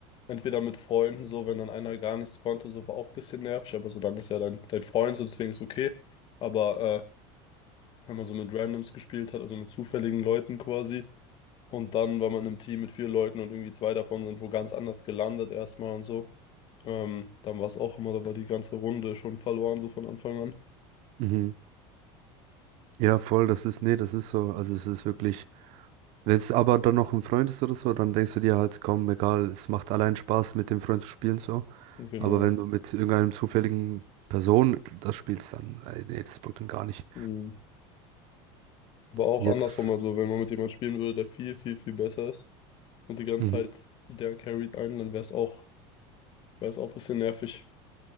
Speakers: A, on the left; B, on the right.
A: entweder mit Freunden, so, wenn dann einer gar nichts konnte, so war auch ein bisschen nervig, aber so dann ist ja dein, dein Freund, so deswegen ist okay. Aber äh, wenn man so mit Randoms gespielt hat, also mit zufälligen Leuten quasi, und dann war man im Team mit vier Leuten und irgendwie zwei davon sind wo ganz anders gelandet erstmal und so. Ähm, dann war es auch immer, da war die ganze Runde schon verloren, so von Anfang an.
B: Mhm. Ja, voll, das ist, nee, das ist so. Also es ist wirklich, wenn es aber dann noch ein Freund ist oder so, dann denkst du dir halt, komm, egal, es macht allein Spaß, mit dem Freund zu spielen so.
A: Genau.
B: Aber wenn du mit irgendeinem zufälligen Person das spielst, dann, ey, nee, das bockt dann gar nicht.
A: Mhm. Aber auch
B: Jetzt,
A: andersrum, also wenn man mit jemandem spielen würde, der viel, viel, viel besser ist und die ganze
B: mhm,
A: Zeit der carried einen, dann wäre es auch, wäre es auch ein bisschen nervig.